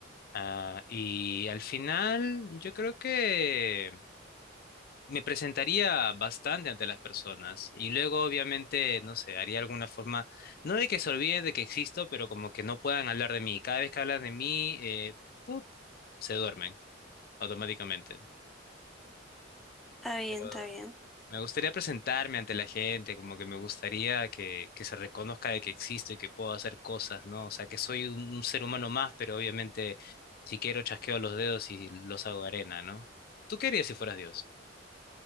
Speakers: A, on the left; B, in the centre.
A: Ah, y al final, yo creo que me presentaría bastante ante las personas y luego, obviamente, no sé, haría alguna forma, no de que se olviden de que existo, pero como que no puedan hablar de mí. Cada vez que hablan de mí, eh, ¡pup! se duermen automáticamente.
B: Está bien,
A: pero
B: está bien.
A: Me gustaría presentarme ante la gente, como que me gustaría que, que se reconozca de que existo y que puedo hacer cosas, ¿no? O sea, que soy un, un ser humano más, pero obviamente si quiero chasqueo los dedos y los hago arena, ¿no? ¿Tú qué harías si fueras Dios?